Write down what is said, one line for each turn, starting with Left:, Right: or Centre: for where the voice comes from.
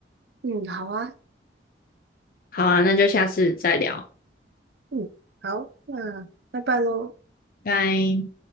Right: 嗯，好啊，
Left: 好啊，那就下次再聊，
Right: 嗯，好，那拜拜喽。
Left: 拜。